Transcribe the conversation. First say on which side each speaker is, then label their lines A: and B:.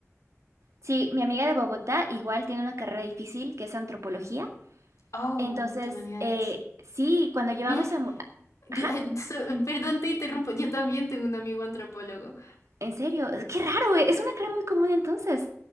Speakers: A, on the right; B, on the left.
A: Sí, mi amiga de Bogotá igual tiene una carrera difícil que es antropología.
B: Oh,
A: Entonces,
B: de humanidades.
A: eh, sí, cuando llevamos
B: Mira, que-
A: a... mu- Ajá,
B: que- <laughs> so- perdón, te interrumpo, yo también tengo un amigo antropólogo.
A: en serio, qué raro, eh, es una carrera muy común entonces.